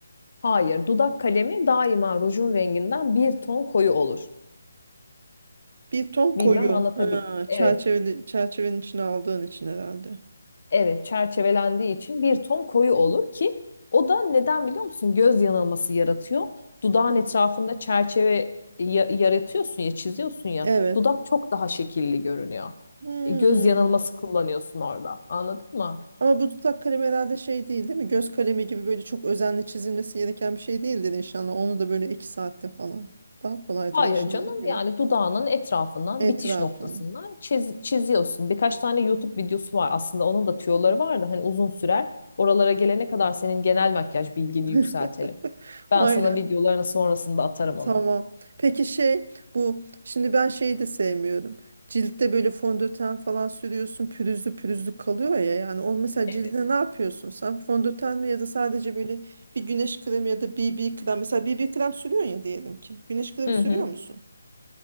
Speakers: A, on the left; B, on the right.
A: Hayır, dudak kalemi daima rujun renginden bir ton koyu olur.
B: Bir ton koyu.
A: Bilmem anlatabil.
B: Ha,
A: Evet.
B: çerçeveli, çerçevenin içine aldığın için herhalde.
A: Evet, çerçevelendiği için bir ton koyu olur ki o da neden biliyor musun? Göz yanılması yaratıyor. Dudağın
B: Hmm,
A: etrafında çerçeve ya- yaratıyorsun ya, çiziyorsun ya.
B: evet.
A: Dudak çok daha şekilli görünüyor.
B: Hmm.
A: E, Göz yanılması kullanıyorsun orada. Anladın mı?
B: Ama bu dudak kalemi herhalde şey değil değil mi? Göz kalemi gibi böyle çok özenle çizilmesi gereken bir şey değildir inşallah. Onu da böyle iki saatte falan. Daha kolaydır
A: Hayır
B: inşallah
A: canım
B: değil
A: yani dudağının etrafından
B: etrafın.
A: bitiş noktasından çiz- çiziyorsun. Birkaç tane YouTube videosu var aslında onun da tüyoları var da hani uzun sürer. Oralara gelene kadar senin genel makyaj bilgini
B: <laughs>
A: yükseltelim. Ben
B: Aynen.
A: sana videolarını sonrasında atarım
B: Tamam.
A: onun.
B: Peki şey bu şimdi ben şeyi de sevmiyorum. Ciltte böyle fondöten falan sürüyorsun pürüzlü pürüzlü kalıyor ya yani o mesela
A: Evet.
B: cildine ne yapıyorsun sen fondöten mi ya da sadece böyle bir güneş kremi ya da BB krem mesela BB krem sürüyorsun ya diyelim ki güneş kremi
A: Hı
B: sürüyor
A: hı.
B: musun?